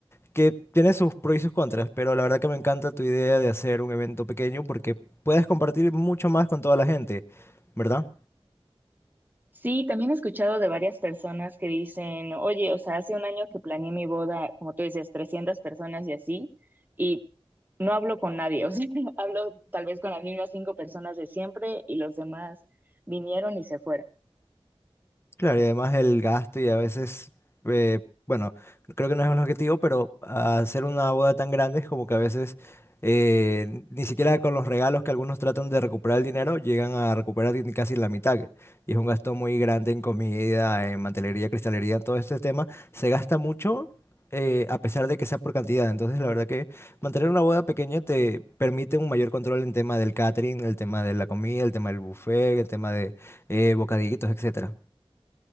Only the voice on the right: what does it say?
Sí, también he escuchado de varias personas que dicen, oye, o sea, hace un año que planeé mi boda, como tú dices, 300 personas y así, y no hablo con nadie, <laughs> o sea, hablo tal vez con las mismas cinco personas de siempre y los demás vinieron y se fueron.